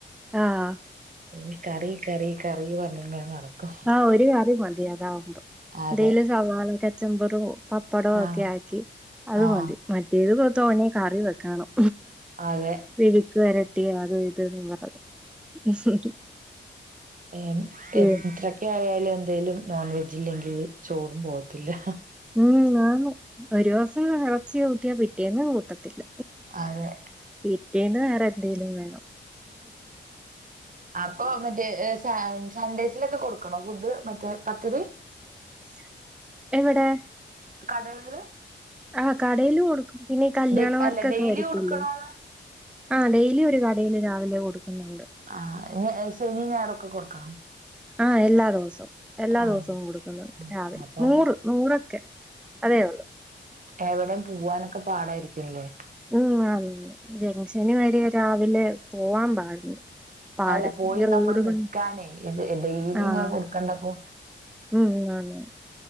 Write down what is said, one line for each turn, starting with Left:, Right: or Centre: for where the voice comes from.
Centre: ആഹ്
Right: ഇനി കറി കറി കറി പറഞ്ഞിങ്ങനെ നടക്കും
Centre: ആഹ് ഒരു കറി മതി അതാവുമ്പം
Right: അതെ
Centre: എന്തേലും സവാള കച്ചമ്പറു പപ്പടോക്കെ
Right: ആഹ്
Centre: ആക്കി അത്
Right: ആഹ്
Centre: മതി മറ്റേത് തോനെയും കറി വെക്കണം
Right: അതെ
Centre: മെഴുക്ക് വരട്ടി അതും ഇത് ന്ന് പറഞ്ഞ്
Right: ഏമ് <unintelligible>
Centre: ഏ,
Right: ഇക്ക്യായാല് എന്തേലും നോൺ വെജ് ഇല്ലെങ്കിൽ ചോറും പോവത്തില്ല
Centre: ഉം ആന്ന് ഒരു ദിവസം എറച്ചി കൂട്ടിയാ പിറ്റേന്ന് കൂട്ടത്തില്ല
Right: അതെ
Centre: പിറ്റേന്ന് വേറെ എന്തേലും വേണം
Right: അപ്പോ മറ്റേ സ സൺഡേയ്സിലൊക്കെ കൊടുക്കണോ ഫുഡ് മറ്റേ പദ്ധതി
Centre: ഇസ്സ് എവിടേ
Right: കടകൾല്
Centre: ആ കടയില് കൊടുക്കും പിന്നെ ഈ കല്യാണ
Right: ഡെ അല്ല
Centre: വർത്തൊക്കെ
Right: ഡെയിലി
Centre: വരത്തില്ലോ
Right: കൊടുക്കണോന്ന്
Centre: ആ ഡെയ്ലി ഒരു കടയില് രാവിലെ കൊടുക്കുന്നുണ്ട്
Right: ആ ഇത് ശനി ഞായറൊക്കെ കൊടുക്കണോ
Centre: ആ എല്ലാ ദിവസവും എല്ലാ
Right: ആഹ്
Centre: ദിവസവും കൊടുക്കുന്നുണ്ട്
Right: ആഹ്
Centre: രാവിലെ
Right: അപ്പൊ
Centre: നൂറ് നൂറൊക്കെ അതേ ഒള്ളൂ
Right: എവിടെയും പോവാനൊക്കെ പാടായിരിക്കു അല്ലേ
Centre: ഉം ആ ജംഗ്ഷന് വരെ രാവിലെ പോവാൻ പാടുണ്ട് പാട്
Right: അല്ല പോയി
Centre: ഈ റോഡ്
Right: നമ്മള് നിക്കാന്
Centre: പണി
Right: ഇ ഡെയ്ലിങ്ങനെ
Centre: ആഹ്
Right: കൊടുക്കണ്ടപ്പോ.
Centre: ഉം അതെന്നേ